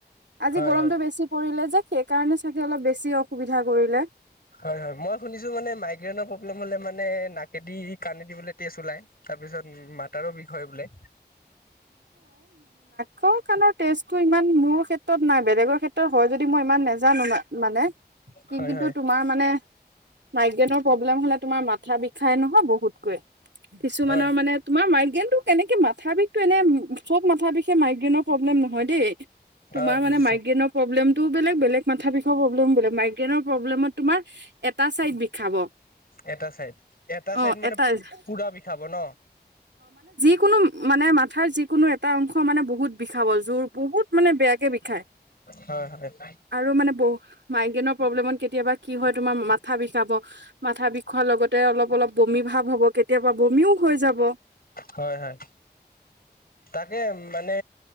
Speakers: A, on the right (about 85°); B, on the left (about 60°).
A: আজি
B: হয়
A: গৰমতটো
B: হয়
A: বেছি পৰিলে যে সেইকাৰণে চাগে অলপ বেছি অসুবিধা কৰিলে।
B: হয় হয় মই শুনিছ মানে মাইগ্ৰেইনৰ প্ৰব্লেম হলে মানে নাকেদি, কানদি‌ বোলে তেজ ওলাই, তাৰপিছত মাতাৰো বিষ হয় বোলে।
A: ক' কণৰ টেষ্ট টইমান মোৰ ক্ষেত্ৰত নাই, বেলেগৰ ক্ষেত্ৰত হয় যদি মই ইমান নেজানো মানে। কি
B: হয়
A: কিন্তু
B: হয়
A: তোমাৰ মানে মাইগ্ৰেনৰ প্ৰব্লেম হলে তোমাৰ মাথা বিষাই নহয় বহুতকৈ। কিছুমানৰ
B: হয়
A: মানে তোমাৰ মাইগ্ৰেইন টো কেনেকে মাথা বিষ এনে চব মাথা বিষে মাইগ্ৰেইনৰ প্ৰব্লেম নহয় দেই, তোমাৰ
B: অ'
A: মানে
B: বুজিছো
A: মাইগ্ৰেইনৰ প্ৰব্লেম তটো বেলে, বেলেগ মাথা বিষৰ প্ৰব্লেম বেলেক, মাইগ্ৰেইনৰ প্ৰব্লেমত তোমাৰ এটা চাইদ বিষাব।
B: এটা চাইড, এটা
A: অ
B: চাইড মানে
A: এটা
B: পুৰা বিষাব ন?
A: য কোনো মানে মাথাৰ যিকোনো এটা অংশ মানে বহুত বিষাব জোৰ বহুত মানে বেয়াকে বিষায়,
B: হয় হয়
A: আৰু মানে বহু মাইগ্ৰেনৰ প্ৰব্লেমত কেতিয়াবা কি হয় তোমাৰ মাথা বিষাব মাথা বিষোৱাৰ লগতে অলপ অলপ বমি ভাব হ'ব, কেতিয়াবা বমিও হৈ যাব।
B: হয়-হয় তাকে মানে